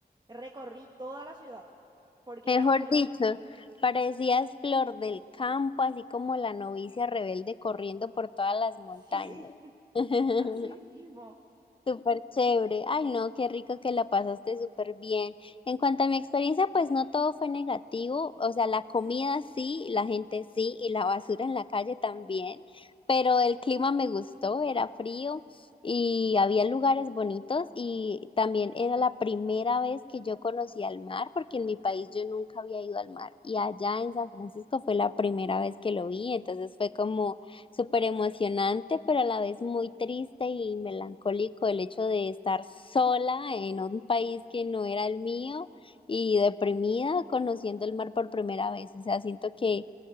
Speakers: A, on the right; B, on the left.
A: recorrí toda la ciudad porque
B: Mejor
A: era un pueblo.
B: dicho, parecías flor del campo, así como la novicia rebelde corriendo por todas las
A: <laughs>
B: montañas.
A: Sí,
B: <laughs>
A: así mismo.
B: Súper chévere. Ay, no, qué rico que la pasaste súper bien. En cuanto a mi experiencia, pues no todo fue negativo. O sea, la comida sí, la gente sí, y la basura en la calle también. Pero el clima me gustó, era frío y había lugares bonitos y también era la primera vez que yo conocía el mar, porque en mi país yo nunca había ido al mar y allá en San Francisco fue la primera vez que lo vi, entonces fue como súper emocionante, pero a la vez muy triste y melancólico el hecho de estar sola en un país que no era el mío y deprimida conociendo el mar por primera vez. O sea, siento que,